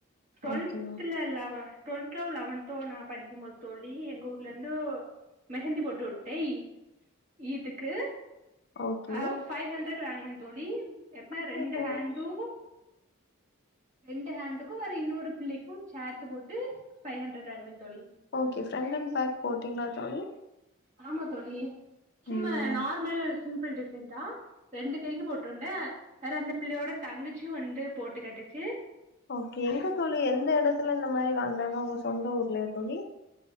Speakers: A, on the right; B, on the left.
A: டுவெல்த்ல
B: ஓகே, ஓ
A: லவ ட்வெல்த்தோ லெவன்த்தோ நா படிக்கும் போது தோழி எங்க ஊர்லருந்து மெஹந்தி போட்டு உடு டேய் இதுக்கு
B: ஓகே.
A: ஆ ஃபைவ் ஹண்ட்ரட் வாங்குனே தோழி எத்ன
B: ஓகே
A: ரெண்டு
B: தோழி.
A: ஹேண்டு
B: <inaudible>
A: ரெண்டு ஹேண்டுக்கு வேற இன்னொரு பிள்ளைக்கு சேத்து போட்டு ஃபை ஹண்ட்ரட் வாங்கினே தோழி
B: ஓகே ஃப்ரண்ட் அண்ட் பேக் போட்டீங்களா தோழி
A: ஆமா தோழி சும்மா
B: ஐயோ! ஓ
A: நார்மல் சிம்பிள் டிசைன்தா ரெண்டு கைக்கு போட் டோன்னே வேற அந்த பிள்ளையோட தங்கச்சு வந்து போட்டு கேட்டுச்சு
B: ஓகே எங்க தோழி எந்த எடத்துல இந்த மாரி வாங்குறாங்க அவ்ங்க சொந்த ஊர்லயா தொழி